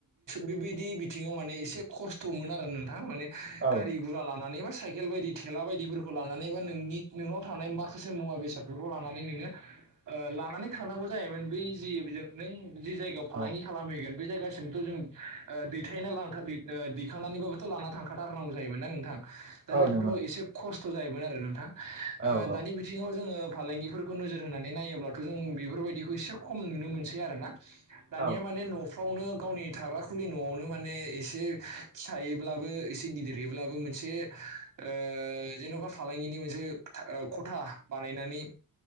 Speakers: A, on the right; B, on the right.
A: बेबायदि बिथिङाव माने एसे खस्थ'मोन आरो नोंथां माने
B: औ
A: गारि
B: औ
A: गुरा लानानैबा साइकेल बायदि थेला बायदिफोरखौ लानानै बा नोंनि नोंनाव थानाय माखासे मुवा बेसादफोरखौ लानानै नोङो ओ लानानै थांनांगौ जायोमोन बै जि बिजों नों जि जायगायाव फालांगि
B: औ
A: खालामहैगोन बै जायगासिम। थिंथ' जों ओ दैथायना लांथा ओ दैखांनानैबाबोथ' लाना थांखाथारनांगौ जायोमोन ना नोंथां। दा
B: औ
A: बेफोराव
B: नंगौ नोंथां
A: एसे खस्थ' जायोमोन आरो नोंथां ओ
B: औ
A: दानि
B: औ
A: बिथिङाव जोङो फालांगिफोरखौ नोजोर होनानै नायोब्लाथ' जों बेफोरबायदिखौ एसे खम नुनो मोनसै आरोना। दानिया
B: औ
A: माने न' फ्रावनो गावनि थाग्रा खुलि न'आवनो माने एसे फिसायैब्लाबो एसे गिद दिरहैब्लाबो मोनसे ओ जेन'बा फालांगिनि मोनसे खथा खथा बानायनानै